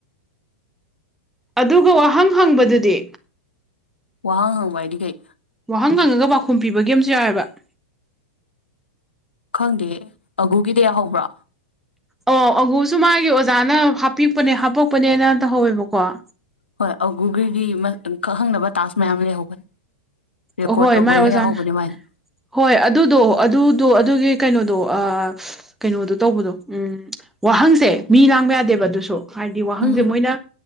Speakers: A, in the centre; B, on the left.
A: ꯑꯗꯨꯒ ꯋꯥꯍꯪ ꯍꯪꯕꯗꯨꯗꯤ?
B: ꯋꯥꯍ ꯍꯪꯕꯥ ꯍꯏꯗꯤ ꯀꯩ?
A: ꯋꯥꯍꯪ ꯍꯪꯉꯒ ꯄꯥꯎꯈꯨꯝ ꯄꯤꯕꯒꯤ ꯑꯃꯁꯨ ꯌꯥꯎꯋ‌‌ꯦꯕ ꯫
B: ꯈꯪꯗꯦ ꯑꯒꯨꯒꯤꯗ ꯌꯥꯎꯍꯧꯕ꯭ꯔꯥ?
A: ꯑꯣ ꯑꯒꯨꯁꯨ ꯃꯥꯒꯤ ꯑꯣꯖꯥꯅ ꯍꯥꯞꯄꯤꯛꯄꯅꯦ ꯍꯥꯄꯛꯄꯅꯦꯅ ꯇꯧꯍꯧꯋꯦꯕꯀꯣ ꯫
B: ꯍꯣꯏ ꯑꯒꯨꯒꯤꯒꯤ ꯃꯁꯛ ꯈꯪꯗꯅ ꯇꯥꯛꯁ ꯃꯌꯥꯝ ꯂꯩꯍꯧꯕꯅꯦ ꯫ ꯔꯦꯀꯣꯔꯠ
A: ꯑꯍꯣꯏ
B: ꯇꯧꯕꯩꯒ
A: ꯃꯥꯏ ꯑꯣꯖꯥꯅ
B: ꯌꯥꯎꯍꯧꯕꯅꯦ ꯃꯥꯏꯗ‌‌ꯣ ꯫
A: ꯍꯣꯏ ꯑꯗꯨꯗꯣ ꯑꯗꯨꯗꯣ ꯑꯗꯨꯒꯤ ꯀꯩꯅꯣꯗꯣ ꯑꯥ ꯀꯩꯅꯣꯗꯣ ꯇꯧꯕꯗꯣ ꯎꯝ ꯋꯥꯍꯪꯁꯦ ꯃꯤ ꯂꯥꯡꯕ ꯌꯥꯗꯦꯕ ꯑꯗꯨꯁꯨ ꯫ ꯍꯥꯏꯗꯤ ꯋꯥꯍꯪꯁꯦ
B: ꯎꯝ
A: ꯃꯣꯏꯅ